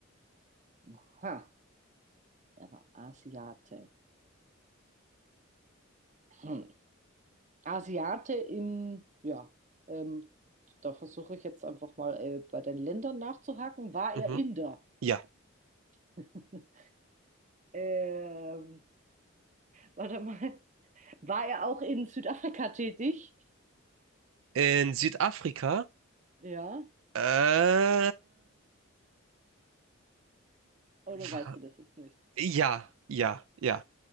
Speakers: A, on the right (about 35°); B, on the right (about 70°).
A: Aha, er war Asiate. Hm. Asiate im, ja, ähm, da versuche ich jetzt einfach mal äh, bei den Ländern nachzuhaken. War
B: mhm.
A: er Inder?
B: Ja.
A: <laughs> Ähm, warte mal. War er auch in Südafrika tätig?
B: In Südafrika?
A: Ja,
B: Äh,
A: oder
B: wa-
A: weißt du das jetzt nicht?
B: ja, ja, ja.